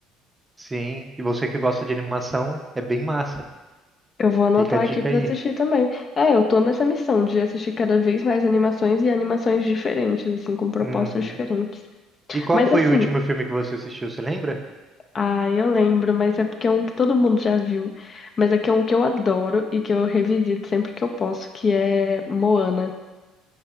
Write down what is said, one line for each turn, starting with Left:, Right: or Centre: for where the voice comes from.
Right: Sim, e você que gosta de animação, é bem massa.
Left: Eu vou anotar
Right: Fica a dica
Left: aqui pra
Right: aí.
Left: assistir também. É, eu tô nessa missão de assistir cada vez mais animações e animações diferentes, assim, com propostas
Right: Uhum.
Left: diferentes.
Right: E qual
Left: Mas
Right: que foi
Left: assim,
Right: o último filme que você assistiu, você lembra?
Left: ah, eu lembro, mas é porque é um que todo mundo já viu. Mas é que é um que eu adoro e que eu revisito sempre que eu posso, que é Moana.